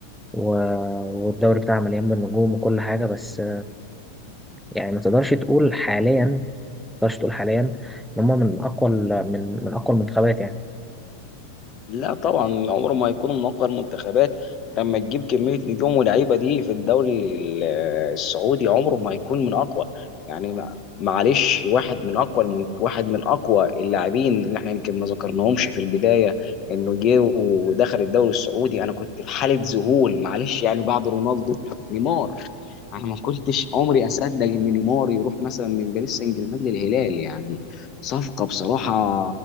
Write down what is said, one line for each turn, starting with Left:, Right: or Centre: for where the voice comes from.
Centre: و... والدوري بتاعها مليان بالنجوم وكل حاجه بس يعني ما تقدرش تقول حاليا ما تقدرش تقول حاليا ان هم من اقوى ال- من من اقوى المنتخبات يعني
Left: لا طبعا عمره ما هيكون منقذ منتخبات لما تجيب كمية نجوم ولاعيبة دي في الدوري ال- السعودي عمره ما هيكون من أقوى يعني ما- معلش واحد من أقوى المن- واحد من أقوى اللاعبين اللي احنا يمكن ما ذكرناهمش في البداية إنه جه ودخل الدوري السعودي أنا كنت في حالة ذهول معلش يعني بعد رونالدو نيمار أنا ما كنتش عمري أصدق إن نيمار يروح مثلا من باريس سان جيرمان للهلال يعني صفقة بصراحة